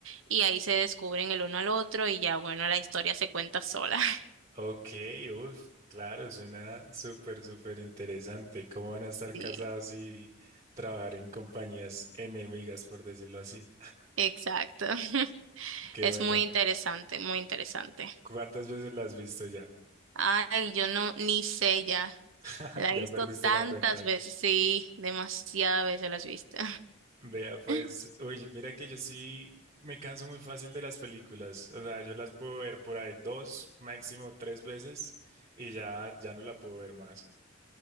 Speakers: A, on the right; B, on the right.
A: y ahí se descubren el uno al otro y ya, bueno, la historia se cuenta sola. <laughs>
B: Ok, uff, claro, suena súper, súper interesante. ¿Cómo van a estar
A: Sí,
B: casados y trabajar en compañías enemigas, por decirlo así?
A: exacto. <laughs>
B: <laughs> Qué
A: Es
B: bueno.
A: muy interesante, muy interesante.
B: ¿Cuántas veces las has visto ya?
A: Ay, yo no, ni sé ya.
B: <laughs>
A: La
B: Ya
A: he visto
B: perdiste
A: tantas
B: la cuenta.
A: veces, sí, demasiadas veces la he visto.
B: Vea, pues,
A: <laughs>
B: oye, mira que yo sí me canso muy fácil de las películas. O sea, yo las puedo ver por ahí dos, máximo tres veces y ya, ya no la puedo ver más.